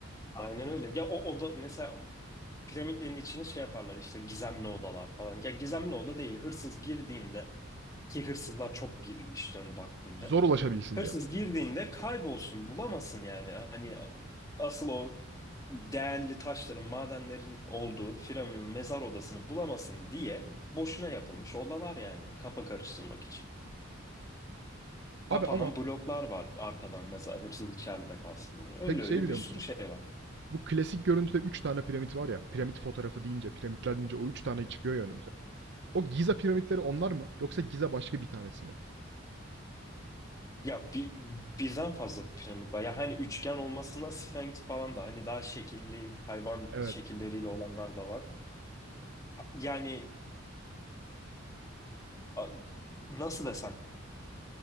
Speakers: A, on the left; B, on the right.
A: Aynen öyle. Ya o oda mesela piramitlerin içine şey yaparlar işte gizemli odalar falan. Ya gizemli oda değil. Hırsız girdiğinde ki hırsızlar çok girilmişti ön vaktinde.
B: Zor ulaşabilsin
A: Hırsız
B: diye.
A: girdiğinde kaybolsun, bulamasın yani. Hani asıl o değerli taşların, madenlerin olduğu piramidin mezar odasını bulamasın diye boşuna yapılmış odalar yani kafa karıştırmak için.
B: Abi
A: Kapanan
B: ama
A: bloklar var arkadan mesela hırsız içeride kalsın diye. Öyle
B: peki
A: öyle
B: şey biliyor
A: bir sürü
B: musun?
A: şey var.
B: Bu klasik görüntüde 3 tane piramit var ya. Piramit fotoğrafı deyince, piramitler deyince o 3 tane çıkıyor ya önümüze. O Giza piramitleri onlar mı? Yoksa Giza başka bir tanesi mi?
A: Ya bir, birden fazla piramit var. Ya hani üçgen olmasına sphinx falan da hani daha şekilli hayvan
B: Evet.
A: şekilleriyle olanlar da var. Yani a- nasıl desem